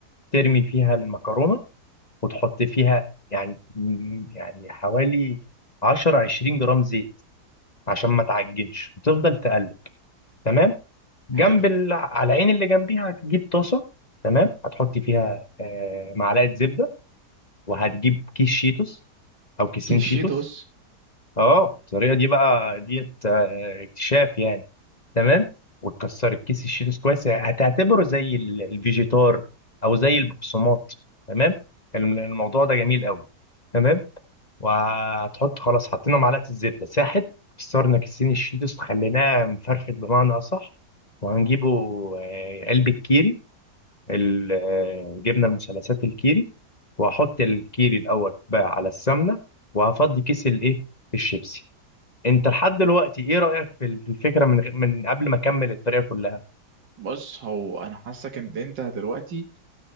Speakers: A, on the left; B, on the right.
A: ترمي فيها المكرونه وتحط فيها يعني يعني حوالي 10 20 جرام زيت عشان ما تعجنش وتفضل تقلب تمام جنب
B: حلو
A: ال... على العين اللي جنبيها هتجيب طاسه تمام هتحط فيها آه، معلقه زبده وهتجيب كيس شيتوس او كيسين
B: كيشيتوس
A: شيتوس اه الطريقه دي بقى ديت آه، اكتشاف يعني تمام وتكسر الكيس الشيتوس كويس يعني هتعتبره زي ال- الفيجيتار او زي البقسماط تمام الم- الموضوع ده جميل قوي تمام وهتحط خلاص حطينا معلقه الزبده ساحت كسرنا كيسين الشيتوس خليناه مفرفت بمعنى اصح وهنجيبه آه، قلب الكيري ال- آه، جبنه المثلثات الكيري وهحط الكيري الاول بقى على السمنه وهفضي كيس الايه الشيبسي انت لحد دلوقتي ايه رايك في ال- في الفكره من غ- من قبل ما اكمل الطريقه كلها
B: بص هو انا حاسك ان انت دلوقتي